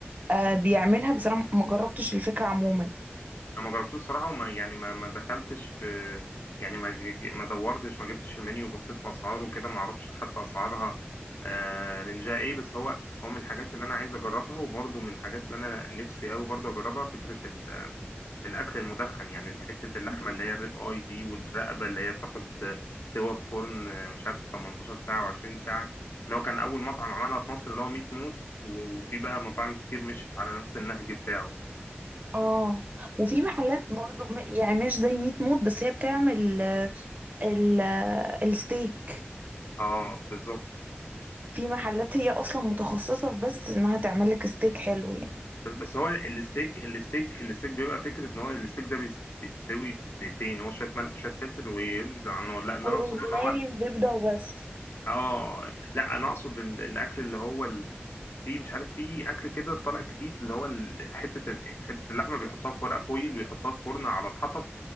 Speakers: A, on the right; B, on the left.
A: آه، بيعملها بس انا ما جربتش الفكرة عموما
B: انا ما جربتوش الصراحه وما يعني ما ما دخلتش في يعني ما ما دورتش ما جبتش المنيو وبصيت في اسعاره وكده ما اعرفش حتى اسعارها آه رينجها ايه بس هو هو من الحاجات اللي انا عايز اجربها وبرضه من الحاجات اللي انا نفسي قوي برضه اجربها فكره ال- الاكل المدخن يعني حته اللحمه اللي هي الريب اي دي والرقبه اللي هي بتاخد سوا في فرن آه، مش عارف 18 ساعه و20 ساعه لو كان اول مطعم عملها في مصر اللي هو ميت موت و- وفي بقى مطاعم كتير مشت على نفس النهج بتاعه
A: اه وفي محلات برضو م- يعني مش زي ميت موت بس هي بتعمل آه، ال- آه، الستيك
B: اه بالظبط
A: في محلات هي اصلا متخصصة في بس انها تعمل لك ستيك حلو يعني
B: بس بس هو الستيك الستيك الستيك بيبقى فكره ان هو الستيك ده بيس- بيتسوي بدقيقتين هو شويه ملح وشويه فلفل وينزل على النار لا اللي
A: وروزماري
B: انا اقصده اللي هو
A: وزبدة وبس
B: اه لا انا اقصد ال- الاكل اللي هو ال- في مش عارف في اكل كده طالع جديد اللي هو ال- حته ال- حته اللحمه بيحطها في ورق فويل ويحطها في فرن على الحطب